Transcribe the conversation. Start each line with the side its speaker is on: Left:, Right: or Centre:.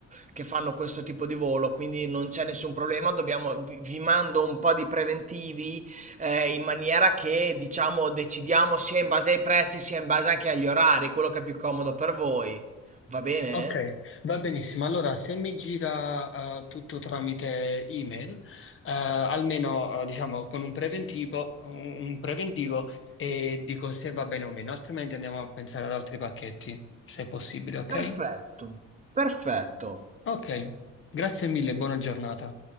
Right: che fanno questo tipo di volo, quindi non c'è nessun problema. Dobbiamo vi vi mando un po' di preventivi, ehm, in maniera che, diciamo, decidiamo sia in base ai prezzi, sia in base anche agli orari, quello che è più comodo per voi. Va bene?
Left: ok, va benissimo. Allora, se mi gira eh, tutto tramite email, eh, almeno eh, diciamo con un preventivo, un un preventivo e dico se va bene o meno, altrimenti andiamo a pensare ad altri pacchetti, se è possibile, ok?
Right: Perfetto, perfetto.
Left: Ok, grazie mille, buona giornata.